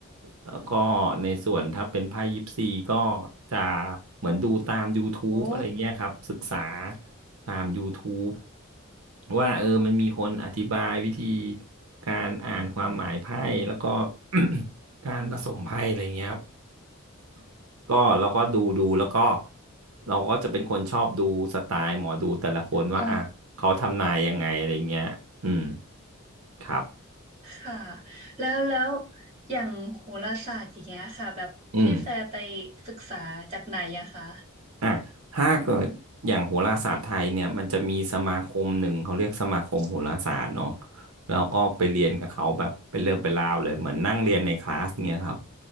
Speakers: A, on the right; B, on the right.
A: แล้วก็ในส่วนถ้าเป็นไพ่ยิปซีก็จะเหมือนดูตาม YouTube
B: โอ้
A: อะไรเงี้ยครับศึกษาตาม YouTube ว่าเออมันมีคนอธิบายวิธีการอ่านความหมายไพ่แล้วก็ <coughs> การผสมไพ่อะไรเงี้ยครับก็เราก็ดูดูแล้วก็เราก็จะเป็นคนชอบดูสไตล์หมอดูแต่ละคนว่าอ่ะเขาทำนายยังไงอะไรเงี้ยอืม
B: อ๋อ
A: ครับ
B: ค่ะแล้วแล้วอย่างโหราศาสตร์อย่างเงี้ยค่ะแบบพี่แฟร์ไป
A: อืม
B: ศึกษาจากไหนอะคะ
A: อ่ะถ้าเกิดอย่างโหราศาสตร์ไทยเนี่ยมันจะมีสมาคมหนึ่งเขาเรียกสมาคมโหราศาสตร์เนาะแล้วก็ไปเรียนกับเขาแบบเป็นเรื่องเป็นราวเลยเหมือนนั่งเรียนในคลาสเนี่ยครับ